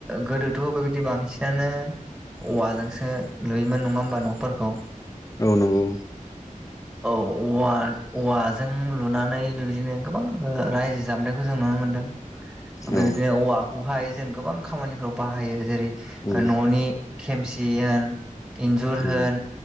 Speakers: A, in the centre; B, on the left (about 25°).
A: गोदोथ' बेबायदि बांसिनानो औवाजोंसो लुयोमोन नङा होमबा न'फोरखौ
B: औ नंगौ
A: औ औवा औवाजों लुनानै बिबदिनो गोबां रायजो जाबोनायखौ जों नुनो मोन्दों बेबायदिनो
B: औ
A: औवाखौहाय जों गोबां खामानिफ्राव बाहायो जेरै
B: उम
A: ओ न'नि खेमसि होन इन्जुर
B: उम
A: होन